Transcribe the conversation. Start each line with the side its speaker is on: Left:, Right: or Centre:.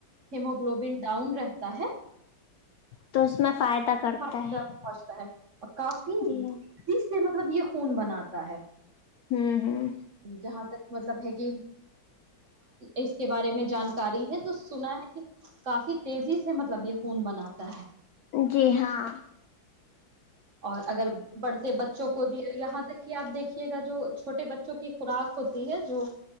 Right: ہیموگلوبن ڈاؤن رہتا ہے
Left: تو اس میں فائدہ کرتا
Right: فائدہ
Left: ہے
Right: پہنچتا ہے اور کافی
Left: جی ہوں
Right: چز سے مطلب یہ خون بناتا ہے
Left: ہوں ہوں
Right: جہاں تک مطلب ہے کہ اس کے بارے میں جانکاری ہے تو سنا ہے کہ کافی تیزی سے مطلب یہ خون بناتا ہے
Left: جی ہاں
Right: اور اگر بڑھتے بچوں کو بھی یہاں تک کہ آپ دیکھیے گا جو چھوٹے بچوں کی خوراک ہوتی ہے جو